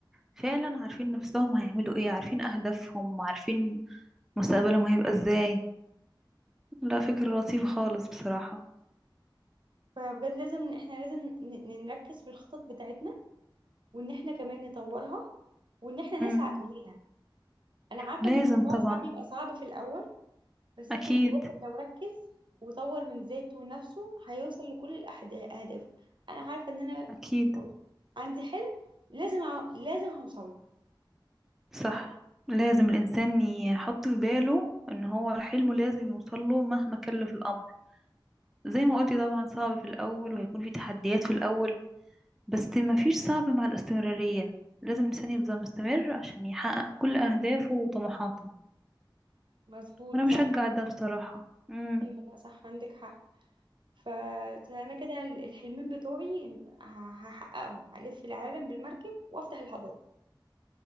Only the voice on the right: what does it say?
فبجد لازم احنا لازم ن- نركز في الخطط بتاعتنا وان احنا كمان نطورها وان احنا نسعى
اليها انا عارفه
ان الموضوع
ساعات بيبقى صعب في الاول بس
احنا الواحد لو ركز وطور من ذاته ونفسه هيوصل لكل الأحد- اهدافه انا عارفه ان انا
عندي حلم لازم أع... لازم هوصل له
مظبوط
صح
أيوة، صح عندك حق ف- فانا كده ال- الحلمين بتوعي ه- هحققهم الف العالم بالمركب وافتح الحضاره